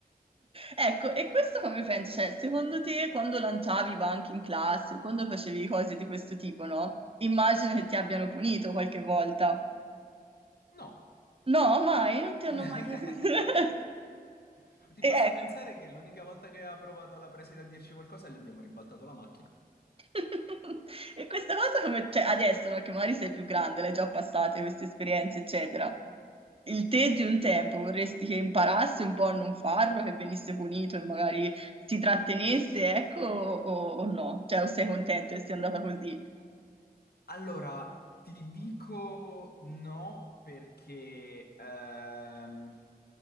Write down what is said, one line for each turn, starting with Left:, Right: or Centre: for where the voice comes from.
Right: Ecco, e questo come pensi? Cioè, secondo te quando lanciavi i banchi in classe o quando facevi cose di questo tipo, no? Immagino che ti abbiano punito qualche volta.
Left: No.
Right: No, mai, non ti
Left: <laughs>
Right: hanno mai... <laughs>
Left: <laughs> Ti
Right: E
Left: basta
Right: ecco.
Left: pensare che l'unica volta che ha provato la preside a dirci qualcosa gli abbiamo ribaltato la macchina.
Right: <laughs> E questa cosa come, cioè, adesso, no, che magari sei più grande, l'hai già passate queste esperienze, eccetera. Il te di un tempo vorresti che imparasse un po' a non farlo, che venisse punito e magari si trattenesse, ecco, o, o no? Cioè, o sei contento che sia andata così?
Left: Allora, ti dico no perché ehm,